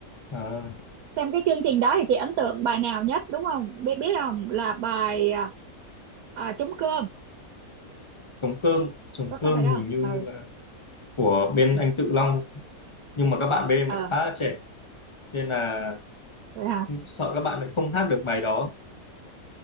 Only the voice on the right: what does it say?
xem cái chương trình đó thì chị ấn tượng bài nào nhất đúng không biết biết không là bài à, à, trống cơm
có
cái bài đó
không ừ
ờ
vậy hả